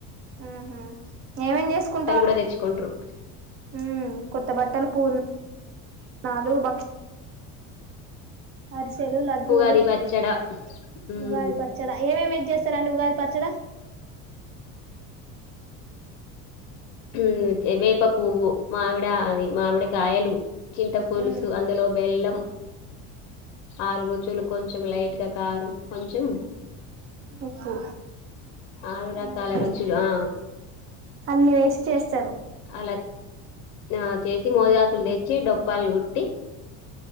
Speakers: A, on the right (about 40°); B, on the left (about 70°).
A: ఆహా ఏమేం చేసుకుంటారు
B: కూడా తెచ్చుకుంట్రు
A: ఊ కొ కొత్త బట్టలు పూల్ నాలుగు బక్స్ అరి లు లడ్డూలు
B: ఉగాది పచ్చడ ఉమ్
A: ఉగాది పచ్చడా ఏమేమి చేస్త చేస్తారు అండి ఉగాది పచ్చడా
B: హ్మ్ వేప పువ్వు మామిడి అది మామిడి కాయలు చింత పులుసు
A: ఉమ్
B: అందులో బెల్లం ఆరు రుచులు కొంచెం లైట్ గా కారం కొంచెం
A: ఉప్పు
B: ఆరు రకాల
A: ఉమ్
B: రుచులు ఆ
A: అన్నీ వేసి చేస్త సారు
B: అలా ఆ చేసి మోదగాకులు తే చి డోపాల్లు కు